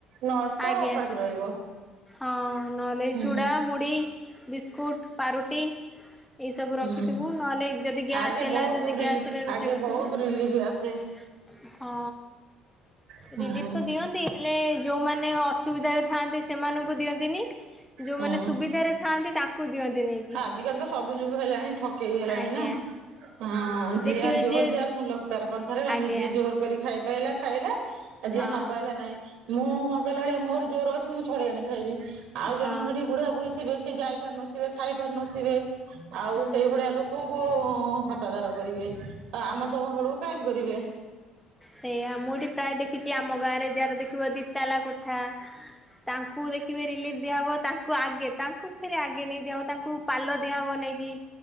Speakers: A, on the right; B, in the centre.
A: ନଚେତ
B: ଆଜ୍ଞା
A: ଉପାସ ରହିବ।
B: ହଁ ନହେଲେ
A: ହୁଁ
B: ଚୁଡ଼ା, ମୁଢି ବିସ୍କୁଟ, ପାରୁଟି ଏଇ ସବୁ ରଖିଥିବୁ
A: ହୁଁ।
B: ନହେଲେ ଯଦି ଗ୍ୟାସ୍
A: ଆଗେ
B: ହେଲା
A: ବହୁତ
B: ଯଦି
A: ରିଲି
B: ଗ୍ୟାସ୍ ରେ ରୋଷେଇ
A: ଆଗେ
B: କରିଥିବୁ।
A: ବହୁତ ରିଲିଫ ଆସେ।
B: ହଁ
A: ହୁଁ।
B: ରିଲିଫ ତ ଦିଅନ୍ତି ହେଲେ ଯୋଉମାନେ ଅସୁବିଧାରେ ଥାଆନ୍ତି ସେମାନଙ୍କୁ ଦିଅନ୍ତିନି। ଯୋଉମାନେ
A: ହୁଁ
B: ସୁବିଧାରେ ଥାଆନ୍ତି ତାଙ୍କୁ ଦିଅନ୍ତି ନେଇକି।
A: ଆଜିକାଲି ତ ସବୁ ଯୋଗୁ ହେଲାଣି ଠକେଇ ହେଲାଣି
B: ଆଜ୍ଞା
A: ନାଁ। ହଁ ଜିଆ
B: ଦେଖିବେ
A: ଜୋର୍
B: ଯିଏ
A: ଜୋର୍ ମୁଲକ୍ତାର କଥାରେ
B: ଆଜ୍ଞା
A: ଯିଏ ଜୋର କରି ଖାଇପଲା ଖାଇଲା ଯିଏ
B: ହଁ
A: ନ ପାଇଲା ନାଇଁ ମୁଁ କହିଲା ଭଳିଆ ମୋର ଯୋଉ ର ମୁଁ ଛଡେଇ ଆଣି ଖାଇବି। ଆଉ
B: ହଁ।
A: ଜଣେ ସେଠି ବୁଢା ବୁଢୀ ଥେ ସେ ଯାଇ ପାରୁ ନଥିବେ ଖାଇ ପାରୁ ନଥିବେ ଆଉ
B: ହୁଁ।
A: ସେଇ ଭଳିଆ ଲୋକ କ ହତାଧାର କରିବେ ଆ ଆମ ତମ ବେଳକୁ କାହିଁ କରିବେ।
B: ସେଇଆା ମୁଁ ଏଠି ପ୍ରାୟ ଦେଖିଛି ଆମ ଗାଁରେ ଯାହାର ଦେଖିବ ଦି ଦି ଟାଲା କୋଠା ତାଙ୍କୁ ଦେଖ କେବେ ରିଲିଫ୍ ଦିଆହେବ ତାଙ୍କୁ ଆଗେ ତାଙ୍କୁ ଫରେ ଆଗେ ନେଇ ଦିଆହେବ ତାଙ୍କୁ ପାଲ ଦେହ ବନେଇକି